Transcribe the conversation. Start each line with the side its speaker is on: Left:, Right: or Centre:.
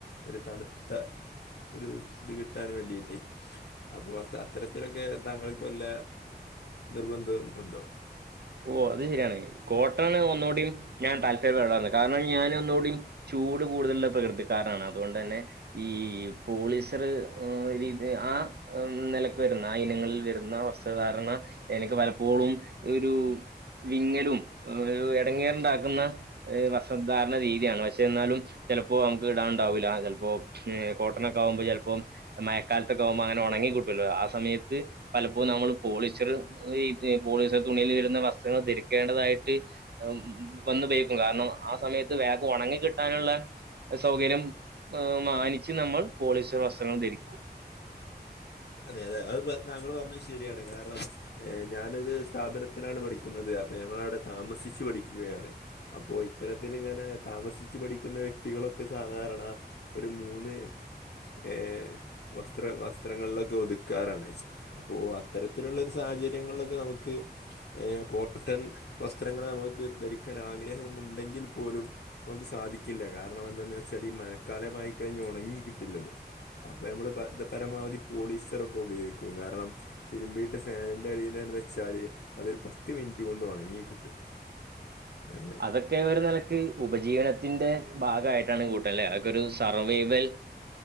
Left: ഒരു തണുത്ത. ഒരു ത് കിട്ടൻ വേണ്ടിയിട്ടേ. അപ്പോ അത് അത്തരത്തിലൊക്കെ താങ്കൾക്ക് വല്ല നിർബന്ധം മുണ്ടോ?
Right: ഓ അത് ശരിയാണ് കോട്ടൺ ഒന്നൂടിം ഞാൻ താല്പര്യ <unintelligible> കാരണം ഞാൻ ഒന്നൂടിം. ചൂട് കൂടുതലുള്ള പ്രകൃതിക്കാരാണ് അതുകൊണ്ടെന്നെ. ഈ പോളിസർ ഉം ഇത് ആ. ഉം നെലക്ക് വരുന്ന ആ ഇനങ്ങളിൽ വരുന്ന വസ്ത്രധാരണ എനിക്ക് പലപ്പോളും ഒരു. വിങ്ങലും എടങ്ങേറുണ്ടാക്കുന്ന. ഏഹ വസധാരണ രീത്യാണ് പക്ഷേ ന്നാലും. ചെലപ്പോ അംക്ക് ഇടാണ്ടാവുല പെൽപ്പോ ഉം കോട്ടണൊക്കാവുമ്പോ ചെൽപ്പോ. മയക്കാലത്തൊക്കെ ആവുമ്പങ്ങനെ ഒണങ്ങി കിട്ടൊല്ലോ ആ സമയത്ത്. പലപ്പോ നമ്മള് പോളിസ്റ്റർ ഈ തെ പോളിസ്റ്റർ തുണിയിൽ വരുന്ന വസ്ത്രങ്ങൾ ധരിക്കേണ്ടതായിട്ട്. അം വന്ന്പെയ്ക്കും കാരണം ആ സമയത്ത് വേഗം ഒണങ്ങി കിട്ടാനുള്ള. അ സൗകര്യം അ മാനിച്ച് നമ്മൾ പോളിസ്റ്റർ വസ്ത്രങ്ങൾ ധരിക്കും.
Left: അതെ അതെ അത് പ താങ്കൾ പർഞ്ഞ ശരിയാണ് കാരണം. ഏഹ് ഞാനൊരു സ്ഥാപനത്തിലാണ് പഠിക്കുന്നത് അപ്പ ഞങ്ങളവിടെ താമസിച്ചു പഠിക്കുകയാണ്. അപ്പോ ഇത്തരത്തിൽ ഇങ്ങനെ താമസിച്ചു പഠിക്കുന്ന വ്യക്തികളൊക്കെ സാധാരണ ഒരു മൂന്ന് ഏഹ് വസ്ത്ര വസ്ത്രങ്ങളൊക്കെ ഒതുക്കാറാണ് അപ്പോ അത്തരത്തിലുള്ള സാഹചര്യങ്ങളിലൊക്കെ നമുക്ക് ഏഹ് കോട്ടൺ വസ്ത്രങ്ങളെ നമുക്ക് ധരിക്കാൻ ആഗ്രഹമ ഉണ്ടെങ്കിൽ പോലും നമുക്ക് സാധിക്കില്ല കാരണം എന്താന്ന് വെച്ചാൽ ഈ മഴക്കാലമായി കഴിഞ്ഞ് ഉണങ്ങി കിട്ടില്ലല്ലോ അപ്പൊ നമ്മള് പരമാവധി പോളിസ്റ്റർ ഒക്കെ ഉപയോഗിക്കും കാരണം തിരുമ്പിയിട്ട് ഫാനിൻന്റെ അടിൽ വെച്ചാല് അതൊരു പത്ത് മിനിറ്റ് കൊണ്ട് ഉണങ്ങി കിട്ടും <inaudible>
Right: അതൊക്കെ ഒരു നിലക്ക് ഉപജീവനത്തിന്റെ ഭാഗമായിട്ടാണ് കൂട്ടൻല്ലേ അതൊക്ക ഒരു സർവൈവൽ